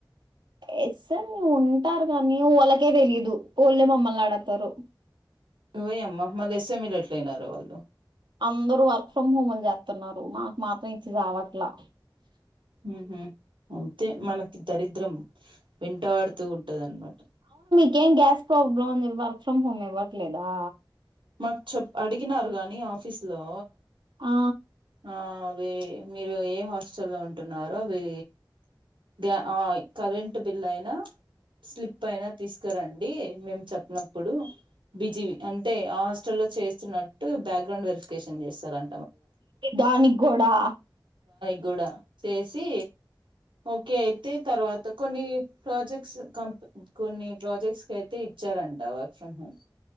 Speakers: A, on the right; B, on the right.
A: ఎస్ఎమ్ ఉంటారు కానీ వాళ్ళకే తెలీదు వాళ్ళే మమ్మల్ని ఆడుగుతారు
B: ఓయమ్మ మళ్ళ ఎస్ఎంఈలు ఎట్లు అయినారో వాళ్ళు
A: అందరు వర్క్ ఫ్రమ్ హోమ్లు చేస్తున్నారు మాకు మాత్రం ఇచ్చి చవట్లా
B: మ్ హు అంతే మనకి దరిద్రం వెంటాడుతూ ఉంటదన్నమాట
A: ఇంకేం గ్యాస్ ప్రాబ్లమ్ ఉంది వర్క్ ఫ్రమ్ హోమ్ ఇవ్వట్లేదా
B: మాకు చెప్ అడిగినారు గాని ఆఫీస్ లో
A: ఆ
B: ఆ అవి మీరు ఏ హాస్టల్ల్లో ఉంటున్నారో అవి గ ఆ కరెంట్ బిలైనా స్లిప్ అయినా తీస్ కారండి మేము చెప్పినప్పుడు బిజివీ అంటే హాస్టల్లో చేస్తున్నట్టు బ్యాక్గ్రౌండ్ వెరిఫికేషన్ చేస్తారం
A: దానిగ్గుడా
B: గ్గుడా చేసి ఓకే అయితే తర్వాత కొన్ని ప్రాజెక్ట్స్ క కొన్ని ప్రాజెక్ట్స్ కైతే ఇచ్చారంట వర్క్ ఫ్రమ్ హోమ్